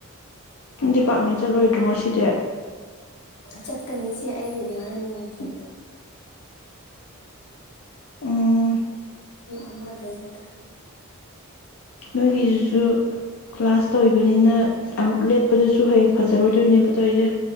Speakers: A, on the left; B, on the left.
A: ꯗꯤꯄꯥꯔꯠꯃꯦꯟ ꯆꯠꯂꯣꯏꯗ꯭ꯔꯣ ꯉꯁꯤꯗꯤ
B: ꯆꯠꯀꯅꯤ ꯏꯆꯦ ꯑꯩꯗꯤ ꯍꯣꯔꯦꯟ ꯅꯣꯡꯊꯤꯟꯗ
A: ꯎꯝ
B: ꯑꯃꯗꯩ ꯆꯠꯀꯅꯤ
A: ꯅꯣꯏꯒꯤꯁꯤꯁꯨ ꯀ꯭ꯂꯥꯁ ꯇꯧ ꯂꯩꯕꯅꯤꯅ ꯑꯃꯨꯛ ꯂꯦꯞꯄꯗꯁꯨ ꯁꯨ ꯍꯌꯦꯡ ꯐꯖꯔꯣꯏꯗꯣꯏꯅꯦꯕ ꯇꯧꯏꯁꯦ